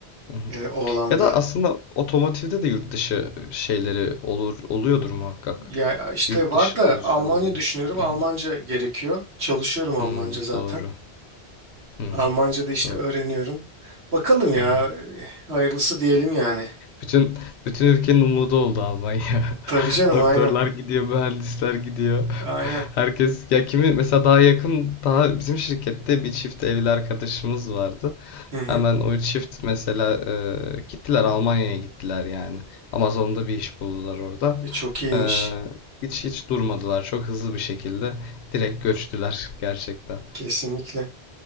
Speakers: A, on the left; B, on the right.
A: hı hı.
B: e, o alanda
A: Ya da aslında otomotivde de yurt dışı şeyleri olur oluyordur muhakkak.
B: ya işte
A: Yurt
B: var
A: dışı
B: da
A: pozisyonları.
B: Almanya düşünüyorum.
A: Hı
B: Almanca
A: hı.
B: gerekiyor. Çalışıyorum Almanca
A: Hı,
B: zaten.
A: doğru. Hı hı,
B: Almanca da işte
A: doğru.
B: öğreniyorum. Bakalım ya
A: Hı hı.
B: e, hayırlısı diyelim yani.
A: Bütün bütün ülkenin umudu oldu Almanya.
B: Tabii
A: <laughs>
B: canım
A: Doktorlar
B: aynen.
A: gidiyor, mühendisler gidiyor. <laughs>
B: Aynen.
A: Herkes ya kimi mesela daha yakın daha bizim şirkette bir çift evli arkadaşımız vardı.
B: Hı hı.
A: Hemen o çift mesela e, gittiler Almanya'ya gittiler yani. Amazon'da bir iş buldular orada.
B: E, çok iyiymiş.
A: E, hiç hiç durmadılar. Çok hızlı bir şekilde direkt göçtüler gerçekten.
B: Kesinlikle.